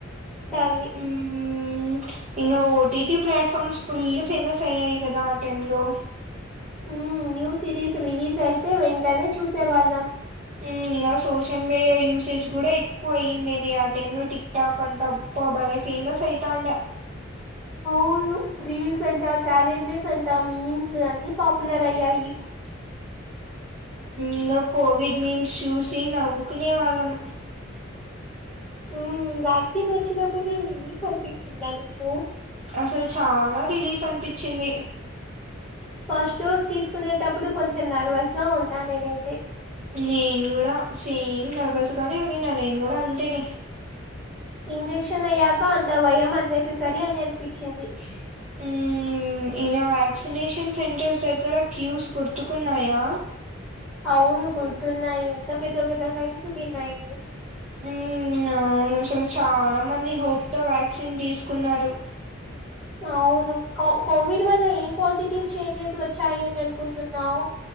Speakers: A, in the centre; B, on the right.
A: దాన్ని
B: ఉమ్ ఇంకా ఓటీటి ప్లాట్ఫామ్స్ ఫుల్ ఫేమస్ అయ్యాయి కదా ఆ టైం లో
A: ఉమ్ న్యూ సిరీస్ రిలీజ్ అయితే వెంటనే చూసేవాళ్ళం
B: ఉమ్ ఇంకా సోషల్ మీడియా యూసేజ్ కూడా ఎక్కువ అయ్యింది ఇది ఆ టైం లో టిక్ డ కంటబ్ప్ బలే ఫేమస్ అయితాండె
A: అవును రీల్స్ అంట ఛాలెంజెస్ అంటా మీమ్స్ అన్ని పాపులర్ అయ్యాయి
B: ఇంగా కోవిడ్ మేమ్స్ చూసి నవ్వుకునే వాళ్ళం
A: ఉమ్ వ్యాక్సిన్ వచ్చినప్పుడు రిలీఫ్ అనిపించిందా నీకు
B: అసలు చాలా రిలీఫ్ అనిపించింది
A: ఫస్ట్ డోస్ తీసుకునేటప్పుడు కొంచెం నర్వస్ గా ఉన్నా నేనైతే
B: నేను కూడా సేమ్ నర్వస్ గానే ఉన్ని నా నేను గూడా అంతేలే
A: ఇంజెక్షన్ అయ్యాక అంత భయం అన్నెస్సెసరీ అని అన్పించింది
B: ఊమ్ ఊమ్ ఇంగ వ్యాక్సినేషన్ సెంటర్స్ దగ్గర క్యూస్ గుర్తుకున్నాయా
A: అవును గుర్తున్నాయ్ ఎంత పెద్ద పెద్ద లైన్స్ ఉన్నీన్నయ్
B: ఊమ్ అవును అసల్ చాలా మంది హోప్ తో వ్యాక్సిన్ జేస్కున్నారు
A: అవును కవ్ కోవిడ్ వే పాజిటివ్ చేంజెస్ వచ్చాయి అని అన్ కుంటున్నావ్